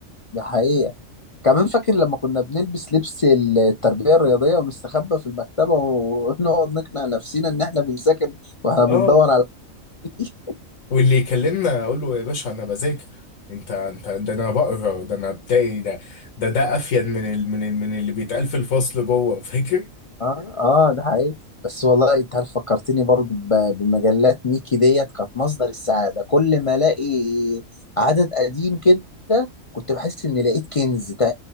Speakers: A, on the left; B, on the left.
A: ده حقيقة كمان فاكر لما كنا بنلبس لبس التربية الرياضية ونستخبى في المكتبة ونقعد نقنع نفسنا إن إحنا بنذاكر وإحنا بندور
B: اه
A: على <laughs>
B: واللي يكلمنا اقول له يا باشا انا بذاكر انت انت ده انا بقرا ده انا بتاعي ده ده ده افيد من ال من ال من اللي بيتقال في الفصل جوه <laughs> فاكر
A: اه اه ده حقيقي بس والله انت عارف فكرتني برضو ب- بمجلات ميكي ديت كانت مصدر السعادة كل ما الاقي عدد قديم كده كنت بحس اني لقيت كنز ده